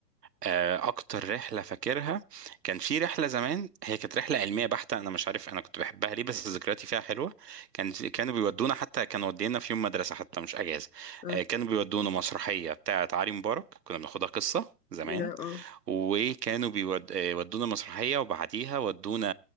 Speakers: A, on the right (about 75°); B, on the left (about 75°).
A: آه، اكتر رحله فاكرها كان في رحله زمان هي كانت رحله علميه بحته انا مش عارف انا كنت بحبها ليه بس ذكرياتي فيها حلوه كان في- كانوا بيودونا حتى كانوا ودينا في يوم مدرسه حتى مش اجازه
B: اه
A: آه، كانوا بيودونا مسرحيه بتاعه علي مبارك كنا بناخدها قصه زمان
B: يا اه
A: وكانوا بيودونا مسرحيه وبعديها ودونا